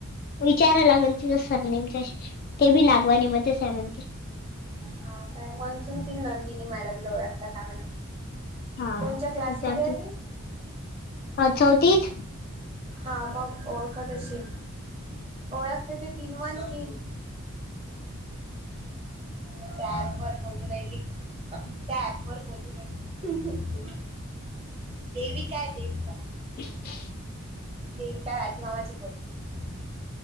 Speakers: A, on the left; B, on the right.
A: विचाराला लागल तिचा सरनेम काय. ते बी लागवानि मधेच आहे म्हणते.
B: हा काय <inaudible> नंदिनी मॅडमला ओळखता का मला?
A: हा
B: कोणच्या क्लासमध्ये
A: विचारते
B: आहे ती?
A: अ चौथीत.
B: हा मग ओळखत असशील. ओळखते ते तिलमान कि त्या अँप वर बोलू राहिली. त्या ऍप वर बोलू राहिली. देविका आहे देविका.
A: <unintelligible>
B: देविका राजू मामाची पोरगी.